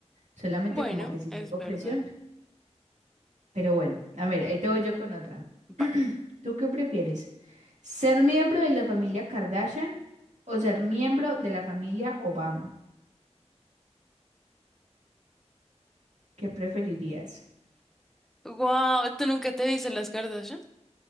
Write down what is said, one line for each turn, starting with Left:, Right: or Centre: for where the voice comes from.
Right: Solamente
Centre: Bueno,
Right: como que si
Centre: es
Right: le hago
Centre: verdad.
Right: presión. Pero bueno, a ver, ahí te voy yo con otra.
Centre: Va.
Right: <clears throat> ¿Tú qué prefieres? ¿Ser miembro de la familia Kardashian o ser miembro de la familia Obama? ¿Qué preferirías?
Centre: Wow, ¿tú nunca te viste las Kardashian?